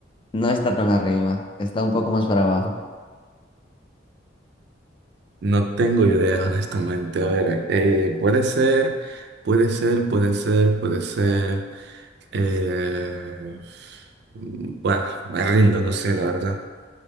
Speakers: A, on the left (about 30°); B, on the right (about 60°).
A: No está tan arriba, está un poco más para abajo.
B: No tengo idea, honestamente. A ver, eh, puede ser, puede ser, puede ser, puede ser. eh, bueno, me rindo, no sé, la verdad.